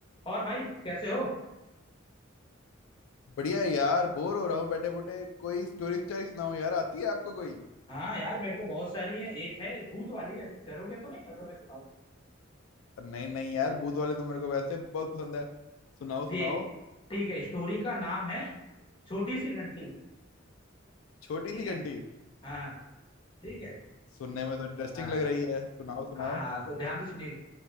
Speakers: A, on the left; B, on the left.
A: और भाई कैसे हो
B: बढ़िया है यार बोर हो रहा हूँ बैठे बूटे कोई स्टोरी स्टोरी सुनाओ यार आती है आपको कोई
A: हाँ यार मेरे को बहुत सारी है एक है भूत वाली है डरोगे तो नहीं अगर मैं सुनाऊं
B: नहीं नहीं यार भूत वाले तो मेरे को वैसे बहुत पसंद है सुनाओ सुनाओ
A: ठीक ठीक है स्टोरी का नाम है छोटी सी घंटी
B: छोटी
A: ठीक
B: सी घंटी
A: है हाँ ठीक है
B: सुनने में तो इंटरेस्टिंग
A: हाँ
B: लग रही है सुनाओ सुनाओ
A: हाँ हाँ तो ध्यान से सुनिएगा